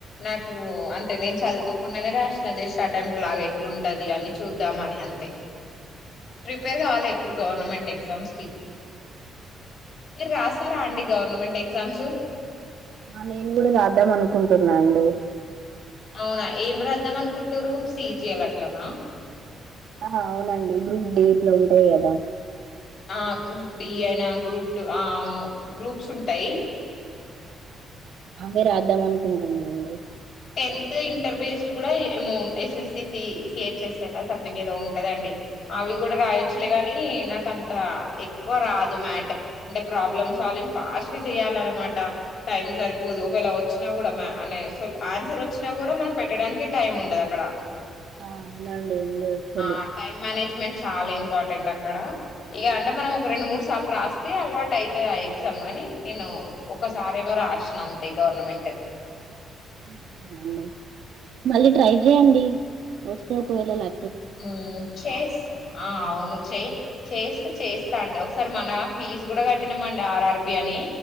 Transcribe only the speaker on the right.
ఆ నేను గుడా రాద్దాం అనుకుంటున్న డి
ఆహా అవునండి గ్రూప్ డి ఇట్లా ఉంటయి కదా
అందుకే రాద్దాం అనుకుంటున్నా అండి.
ఆ అవునండి ఉంది అసలు
అవునా అండి మళ్ళీ ట్రై చేయండి వస్తే ఒకవేళ లా